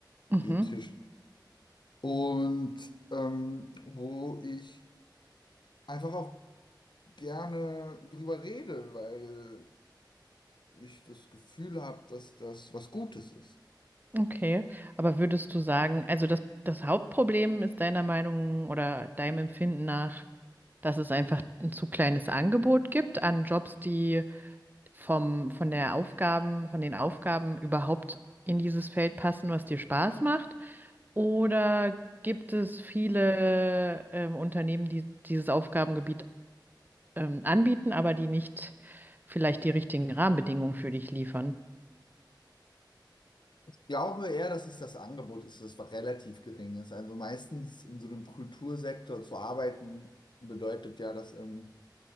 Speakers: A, on the right; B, on the left.
A: mhm.
B: ethisch. Und ähm, wo ich einfach auch gerne drüber rede, weil ich das Gefühl habe, dass das was Gutes ist.
A: Okay, aber würdest du sagen, also das, das Hauptproblem ist deiner Meinung oder deinem Empfinden nach, dass es einfach ein zu kleines Angebot gibt an Jobs, die vom, von der Aufgaben, von den Aufgaben überhaupt in dieses Feld passen, was dir Spaß macht? Oder gibt es viele ähm, Unternehmen, die dieses Aufgabengebiet ähm, anbieten, aber die nicht vielleicht die richtigen Rahmenbedingungen für dich liefern?
B: Ich glaube eher, dass es das Angebot ist, das relativ gering ist. Also meistens in so einem Kultursektor zu arbeiten, bedeutet ja, dass ähm,